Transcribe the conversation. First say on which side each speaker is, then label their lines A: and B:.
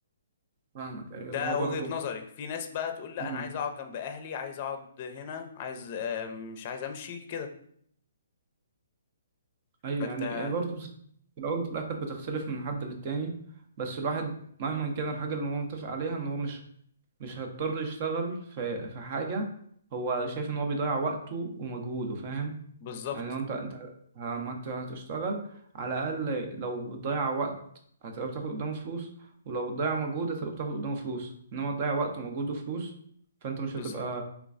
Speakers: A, on the right; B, on the left.
A: فاهمك ايوه
B: ده
A: اللي هو برضو
B: وجهة نظري في ناس بقى تقول لا
A: مم.
B: انا عايز اقعد جنب اهلي عايز اقعد هنا عايز آه، مش عايز امشي كده
A: ايوه
B: فانت
A: يعني برضو بس في الاول وفي الاخر بتختلف من حد للتاني بس الواحد مهما كان الحاجة اللي هو متفق عليها ان هو مش مش هيضطر يشتغل في في حاجة هو شايف ان هو بيضيع وقته ومجهوده فاهم
B: بالظبط
A: يعني لو انت انت لما هت- هتشتغل على الأقل لو بتضيع وقت هتبقى بتاخد قدامه فلوس ولو بتضيع مجهود هتبقى بتاخد قدامه فلوس انما تضيع وقت ومجهود وفلوس فانت مش
B: بالظبط
A: هتبقى